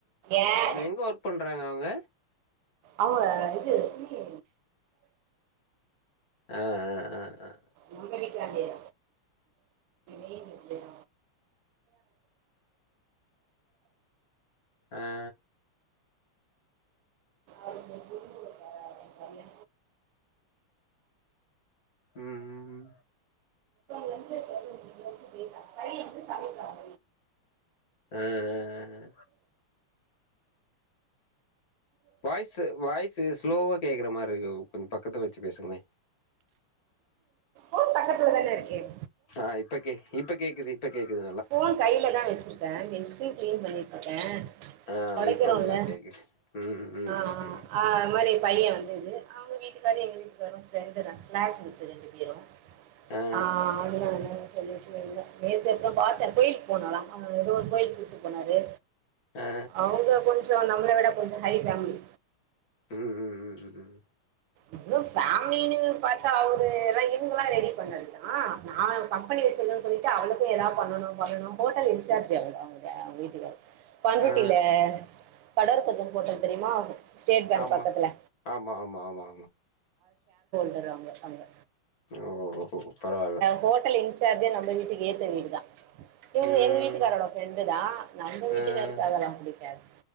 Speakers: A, on the right (about 85°); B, on the left (about 50°).
A: ஏன்
B: அவங்க எங்க ஒர்க் பண்றாங்க அவங்க
A: அவங்க இது சிஎ
B: ஆஹ ஆஹ ஆஹ ஆஹ
A: நம்ம வீட்டுல இல்ல
B: அ
A: அவரு பொருந்து கொப்பா ஒல
B: ம் ம்
A: இருந்து ஒ தந்து தமிக்காகஹ்
B: அ அ அ வாய்ஸ் வாய்ஸ் ஸ்லோவா கேக்குற மாரி கொஞ்சம் பக்கத்துல வச்சு பேசுங்க
A: ஊர் பக்கத்துல தானே இருக்கேன்
B: ஆஹ இப்பக்கேக்குது இப்பக்கேக்குது இப்பக்கேக்குது
A: ஃபோன் கையில தான் வச்சு மிக்ஸி கிளீன் பண்ணிக்கிட்டு இருக்கேன்
B: ஆ
A: உடைக்கிறோம்ல
B: இப்ப நல்லா கேக்குது ம் ம்
A: ஆஹ
B: ம் ம்
A: அது மாதிரி பையன் வந்து அவங்க வீட்டுக்காரும் எங்க வீட்டுக்காரும் ஃப்ரெண்டு தான் கிளாஸ்மிட் ரெண்டு பேரும்
B: ஆ
A: ஆஹ் அப்படிதான் நேத்து அப்போ பாத்து கோயிலுக்கு போனலாம் அவ ஏதோ ஒரு கோயிலுக்கு கூட்டு போனாரு
B: ஆ
A: அவங்க கொஞ்ஜோ <unintelligible> நம்மள விட கொஞ்ச ஹை ஃபேமிலி
B: ம் ம் ம் ம் ம்
A: இவ்ளோ ஃபேமிலின்னு பாத்தா அவரு எல்லா இவங்கெலா ரெடி பண்ணதுதா நா கம்பெனி வச்சிருக்கேன்னு சொல்லிட்டு அவளுக்கு ஏதாவது பண்ணனு பண்ணணு ஹோட்டல் இன்சார்ஜ் வேணு அவுங்களுக்கு அவுங்க வீட்டுக்கார பண்ருட்டில
B: ஆ
A: கடோர் <unintelligible> ஹோட்டல் தெரியுமா ஸ்டேட் பேங்க்
B: ஆமா
A: பக்கத்துல
B: ஆமா ஆமா ஆமா
A: வருவாங்க அவுங்க
B: ஓ பரவால்ல
A: ஹோட்டல் இன்சார்ஜே நம்ம வீட்டுக்கு ஏதுத்த வீடுதா இவுங்க
B: ம்
A: எங்க வீட்டுக்காரோட ஃப்ரெண்டு தா நம்ம வீட்டுக்காருக்கு
B: ஆ
A: அதெல்லா புடிக் காது